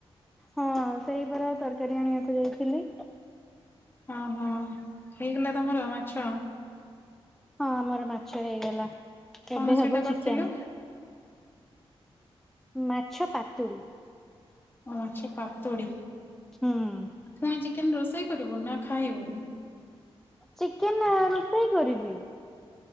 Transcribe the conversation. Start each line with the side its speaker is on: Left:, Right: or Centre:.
Centre: ହଁ ସେଇପରା ତରକାରୀ ଆଣିବାକୁ ଯାଇଥିଲି।
Left: ଓହୋ। ହେଇଗଲା ତମର ମାଛ?
Centre: ହଁ ଆମର ମାଛ ହେଇଗଲା।
Left: କଣ
Centre: ଏବେ
Left: ସେଇଟା
Centre: ହବ
Left: କରିଥିଲୁ?
Centre: ଚିକେନ୍। ମାଛ ପାତୁଳି।
Left: ଓ ମାଛ ପାତୁଡ଼ି।
Centre: ହୁଁ।
Left: ପୁଣି ଚିକେନ୍ ରୋଷେଇ କରିବୁ? ନା ଖାଇବୁ?
Centre: ଚିକେନ୍ ରୋଷେଇ କରିବି।